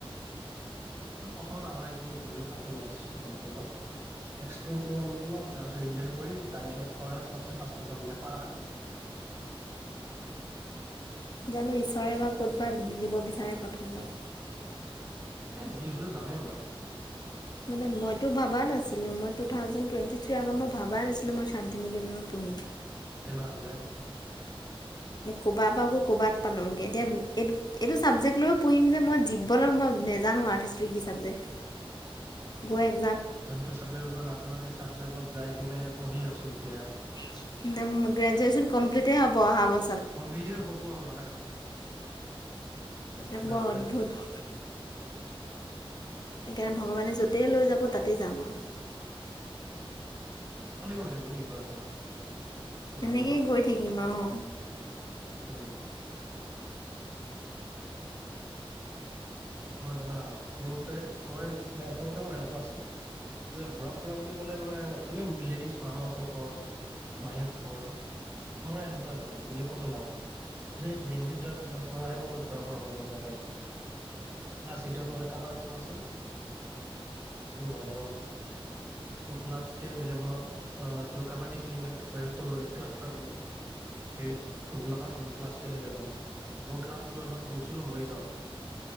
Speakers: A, on the right (about 30°); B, on the left (about 45°).
A: প্ৰথমত আমাৰ এইখিনি ঘূৰি লওঁ ভালকে নৰ্থ ইষ্ট ভালকে অলপ এক্স কৰোঁ অলপ, অলপ তাৰপিছত ইণ্ডিয়াটো কৰিম, তাৰপিছত ফৰেনত চব চে, ফাষ্টত যাম জাপান।
B: জানো ঈশ্বৰে বা ক'তবা নিব বিচাৰে প্ৰথমবাৰ!
A: এ যি হলেও যামেই মই।
B: মানে মইতো ভাবাই নাছিলো, মই টু ঠাউজেন টুৱেন্টি থ্ৰিত ম-মই ভাবাই নাছিলো মই শান্তিনী কীৰ্ত্তনো পঢ়িম।
A: তেনেহ'লে
B: ক'বাপা গৈ ক'বাত পালোগে। এতিয়া এট-এটো চাবজেক্ট লৈও পঢ়িম যে, মই জীৱনত মই নেজানো আৰ্থ হিষ্ট্ৰি কি চাবজেক্ট। গৈ এক
A: যোনটো চাবজেক্ট বিষয়ে নাজানো, সেই চাবজেক্টত যাই কিনে পঢ়ি আছো এতিয়া।
B: গ্ৰেজুৱেচন কমপ্লিটে হব অহা ব
A: কমপ্লিতে হ'ব আমাৰ। তেনেহলে
B: এ বৰ অদ্ভুত। সেইকাৰণে ভগৱানে য'তেই লৈ যাব, তাতেই যাম আৰু।
A: এনেকৈ গৈ থাকো নেকি ফুৰা-কৰা, পঢ়াৰ
B: এনেকেই
A: লগত?
B: গৈ থাকিম আৰু
A: উম। মই জানা, সৰুপে, মই মানে সৰুতে মই এনেকুৱা আছিলো যে ঘুৰা-ফুৰা বুলি ক'লে মানে এনে ৰিলেটিভচ মামাহঁতৰ ঘৰ, মাহীতৰ ঘৰ। মই এনেকুৱাই মানে বেলেগ ক'তো নাই। হে জে এন ভিত যোৱাৰ পিছৰ পৰাহে মই ঘুৰা-ফুৰা হ'ল মজাকে। ক্লচ য়েইটত মানে কালাৰ অপচন আছিল <unintelligible> ক্লাছ টেন-ইলেভেনত অ', তোৰ কাবা্ডী খেলি কেনে তোৰ ক্লাষ্টাৰ গ'লো। হেইত গোলাঘাট গ'লো ক্লাছ টেন-ইলেভেন। মই ক্লাছ টেলভত গৈছিলো মৰিগাঁও।